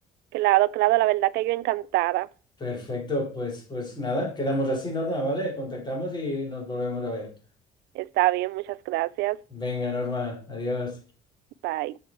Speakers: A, on the right; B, on the left.
A: Claro, claro, la verdad que yo encantada.
B: Perfecto, pues, pues nada, quedamos así, Norma, ¿vale? Contactamos y nos volvemos a ver.
A: Está bien, muchas gracias.
B: Venga, Norma, adiós.
A: Bye.